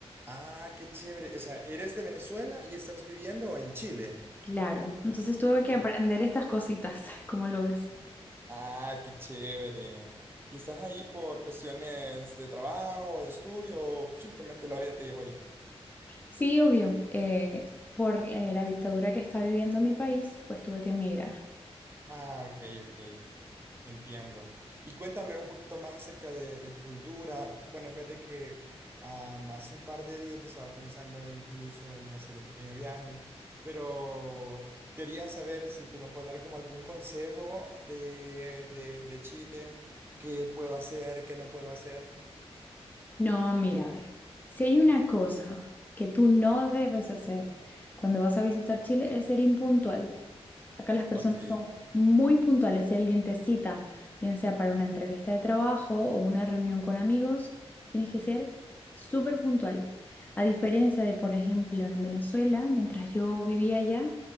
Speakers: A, on the right (about 20°); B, on the left (about 15°).
A: Ah, qué chévere. O sea, ¿eres de Venezuela y estás viviendo en Chile?
B: Claro. Entonces tuve
A: Eh,
B: que aprender estas cositas, <laughs> ¿cómo lo ves?
A: Ah, qué chévere. ¿Y estás ahí por cuestiones de trabajo, de estudio o simplemente la vida te llevó ahí?
B: Sí, obvio. eh, por eh, la dictadura que está viviendo mi país, pues tuve que emigrar.
A: Ah, ok, ok. Entiendo. Y cuéntame un poquito más acerca de, de tu cultura. Bueno, fíjate que am, hace un par de días yo estaba pensando incluso en hacer un pequeño viaje, pero quería saber si tú me puedes dar como algún consejo de, de, de Chile, qué puedo hacer, qué no puedo hacer.
B: No, mira, ve. Si hay una cosa que tú no debes hacer cuando vas a visitar Chile es ser impuntual. Acá las personas
A: Ok.
B: son muy puntuales. Si alguien te cita, bien sea para una entrevista de trabajo o una reunión con amigos, tienes que ser súper puntual. A diferencia de, por ejemplo, en Venezuela, mientras yo vivía allá,